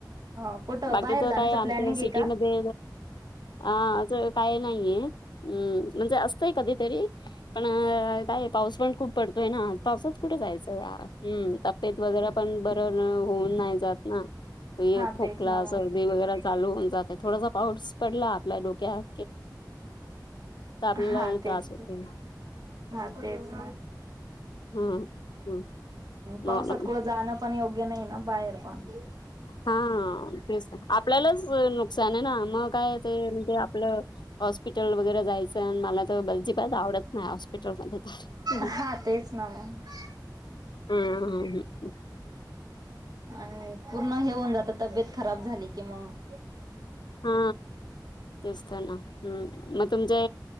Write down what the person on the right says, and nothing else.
अ कुठं
बाहेर
जाण्याचं
प्लॅनिंग
आहे का?
हा
तेच ना मग
हा
तेच
हा तेच
पावसात
कुठ जाणं पण योग्य नाही ना बाहेर पण
हा तेच ना मग
आणि पूर्ण हे होऊन जात तब्येत खराब झाली कि मग